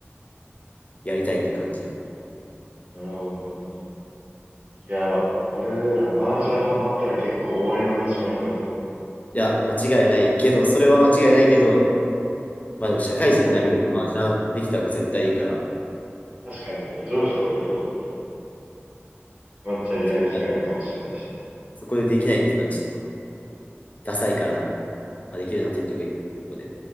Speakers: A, on the left; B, on the right.
A: やりたいって感じ。い
B: なるほどな。いや、俺ら麻雀ハマったら結構終わりの始まりだぞ。
A: や、間違いないけど、それは間違いないけど、まあでも社会人になる上で麻雀できた方が絶対いいから、
B: でも確かにね、上司とかとワンチャンやる機会あるかもしれないし。
A: そう、いや、そこでできないっていうのはちょっとダサいから、まあ、できるなって言った方がいいとこで